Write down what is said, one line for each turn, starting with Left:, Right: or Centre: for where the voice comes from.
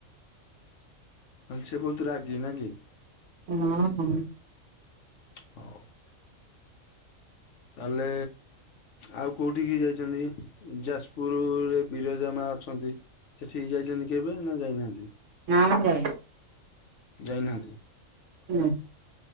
Left: ହଁ ସିଏ ବହୁତ ରାଗି ନାକି?
Right: ହଁ ହଁ।
Left: ହଉ। ତାହେଲେ ଆଉ କେଉଁଠିକି ଯାଇଛନ୍ତି, ଯାଜପୁରରେ ବିରଜା ମା ଅଛନ୍ତି ସେଠି ଠିକ ଯାଇଛନ୍ତି କେବେ ନା ଯାଇନାହାନ୍ତି?
Right: ହଁ।
Left: ଯାଇନାହାନ୍ତି।
Right: ନା।